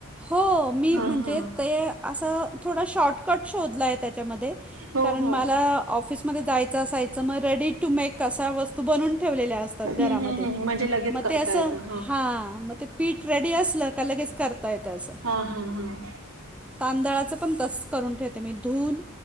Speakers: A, in the centre; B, on the right.
A: हो. मी
B: हा
A: म्हणजे
B: हा
A: ते असं थोडं शॉर्टकट शोधला आहे त्याच्यामध्ये.
B: हो
A: कारण
B: हो
A: मला ऑफिसमध्ये जायचं असायचं, मग रेडी टू मेक अशा वस्तू बनून ठेवलेल्या असतात
B: हम्म
A: घरामध्ये.
B: हम्म हम्म म्हणजे लगेच
A: म
B: करता
A: ते असं,
B: येतं
A: हा म ते पीठ रेडी असलं का लगेच करता येत अस.
B: हा हा हं.
A: तांदळाचं पण तस करून ठेवतेे मी. धुवून